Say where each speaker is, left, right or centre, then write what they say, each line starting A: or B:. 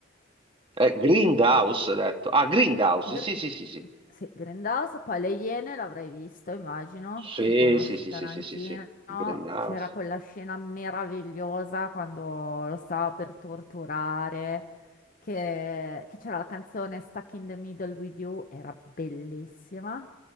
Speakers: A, on the right (about 25°); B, on the left (about 45°).
A: eh, Grindhouse, hai detto. Ah, Grindhouse,
B: Grind-
A: sì, sì, sì, sì.
B: sì, Grindhouse, poi Le Iene l'avrei visto, immagino,
A: Sì,
B: se conosci
A: sì, sì,
B: Tarantino.
A: sì, sì, sì, sì. Grindhouse.
B: C'era quella scena meravigliosa quando lo stava per torturare, che, che c'era la canzone Stuck in the Middle with You, era bellissima.